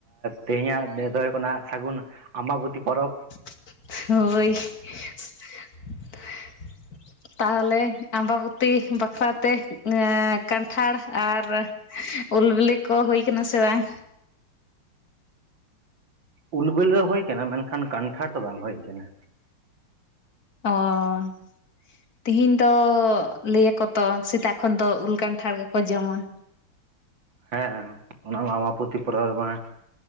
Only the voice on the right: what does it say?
ᱛᱮᱦᱮᱧᱼᱟᱜ ᱱᱮᱸᱫᱷᱟᱹ ᱫᱚ ᱦᱩᱭᱩᱜ ᱠᱟᱱᱟ ᱥᱟᱹᱜᱩᱱ ᱟᱢᱵᱟᱵᱚᱛᱤ ᱯᱚᱨᱚᱵᱽ ᱾
ᱩᱞ ᱵᱮᱞᱤ ᱫᱚ ᱦᱩᱭ ᱟᱠᱟᱱᱟ, ᱢᱮᱱᱠᱷᱟᱱ ᱠᱟᱱᱴᱷᱟᱲ ᱫᱚ ᱵᱟᱝ ᱦᱩᱭ ᱟᱠᱟᱱᱟ ᱾
ᱦᱮᱸ ᱚᱱᱟ ᱢᱟ ᱟᱢᱵᱟᱯᱚᱛᱛᱤ ᱯᱚᱨᱟᱣ ᱵᱟᱝ